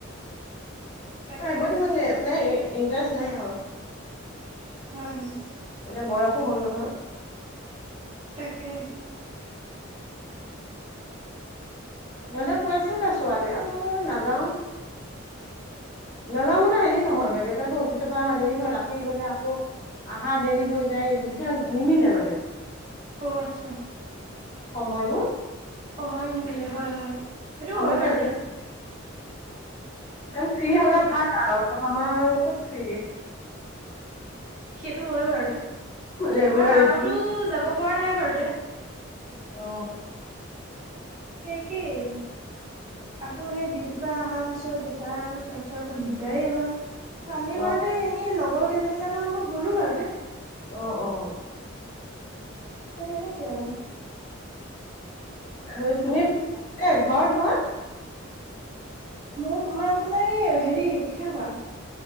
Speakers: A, on the right; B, on the left.
A: তাকে
B: এইবতি মানে মানে ইণ্টাৰেষ্ট নাই আৰু
A: হয় হয় হয়
B: এতিয়া বয়সো হ'ল নহয়
A: তাকে
B: সিহঁতে কৈ আছিলে, ছোৱালীয়ে মই নাযাও। নাযাওঁ মানে হেৰি নহয়গে, দেউতাকে অফিচৰ পৰা অহা দেৰি হয়, ৰাতি গ'লে আকৌ - আহা দেৰি হৈ যায়, দিগদাৰ নিমিলে মানে।
A: অ আচ্ছা।
B: সময়বোৰ।
A: সময় নিমিলে হয় হয়, সেইটো
B: সময়টো
A: হয় বাৰু
B: একেবাৰে
A: দে।
B: কাৰণ ফ্ৰী
A: আৰু
B: হ'লে
A: সোনকাল
B: ভাল আৰু, আমাৰ ক'ত ফ্ৰী।
A: সেইটো হয় বাৰুতে,
B: ৰেগুলাৰ
A: আমাৰ মাহতো
B: ৰুটিন
A: যাব পৰা নাই বাৰুতে।
B: অ,
A: সেই একেই। আকৌ সেই ডিউটিৰ পৰা অহাৰ পিছত দেতাৰ তাৰপিছত আকৌ দিগদাৰেই হয়। আমি বাৰুতে
B: অ'
A: এনেই লগৰ কেইজনী মানৰ লগত গ'লো বাৰুতে।
B: অ, অ
A: সেই তেনেকে আৰু।
B: আৰু তুমি কতেই, কত ঘৰ?
A: মোৰ ঘৰ আপোনাৰ এই হেৰি পিঠা খোৱা।